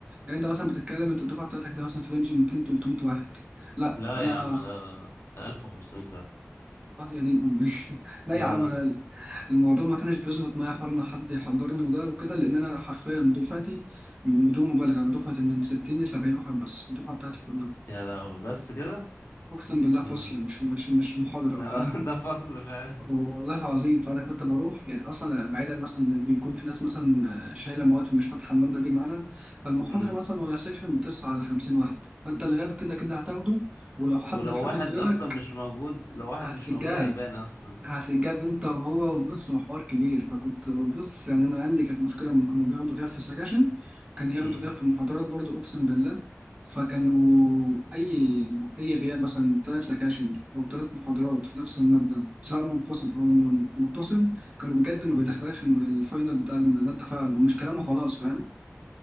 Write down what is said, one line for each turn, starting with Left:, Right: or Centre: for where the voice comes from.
Right: يعني انت مثلا بتتكلم انت الدفعه بتاعتك ده مثلا في رينج 200 300 واحد لا
Left: لا
Right: انا
Left: يا عم لا لا لا ده 1500 واحد
Right: آه، يا دين امي <laughs> لا
Left: لا
Right: يا عم
Left: لا
Right: انا الموضوع ما كانش بيظبط معايا حوار ان حد يحضرني وده وكده لان انا حرفيا دفعتي بدون مبالغه انا دفعتي من 60 ل 70 واحد بس الدفعه بتاعتي كلها
Left: يا لهوي بس كده
Right: اقسم بالله
Left: مم.
Right: فصل مش مش مش محاضره
Left: <laughs>
Right: فاهم
Left: ده فصل فعلا
Right: والله العظيم فانا كنت بروح يعني اصلا بعيدا مثلا بيكون في ناس مثلا شايله مواد في مش فاتحه الماده دي معانا فالمحاضره
Left: آه.
Right: مثلا ولا سيكشن بتسعة على 50 واحد فانت الغاب كده كده هتاخده ولو حد
Left: ولو
Right: حضر
Left: واحد
Right: غيرك
Left: اصلا مش موجود لو واحد
Right: هتتجاب
Left: مش موجود هيبان اصلا
Right: هتتجاب انت وهو وبص هو حوار كبير فكنت بص يعني انا عندي كانت مشكله ان كانوا بياخدوا غياب في السكاشن كان ياخدوا
Left: امم
Right: غياب في المحاضرات برضو اقسم بالله فكانوا اي اي غياب مثلا ثلاث سكاشن او ثلاث محاضرات في نفس الماده سواء منفصل او من- متصل كانوا بجد ما
Left: امم
Right: بيدخلكش الم- الفاينل بتاع الماده فعلا ومش كلام وخلاص فاهم